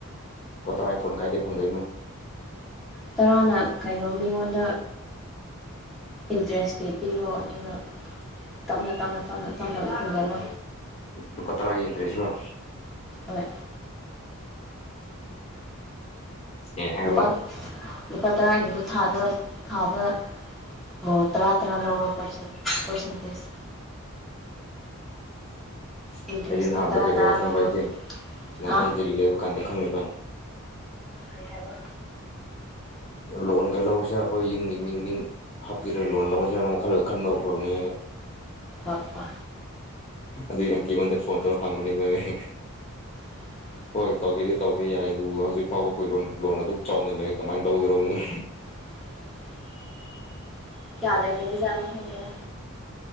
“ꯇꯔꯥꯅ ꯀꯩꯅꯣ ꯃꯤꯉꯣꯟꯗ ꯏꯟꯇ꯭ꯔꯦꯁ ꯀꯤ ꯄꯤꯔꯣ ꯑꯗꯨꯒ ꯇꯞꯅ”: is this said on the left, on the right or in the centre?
Centre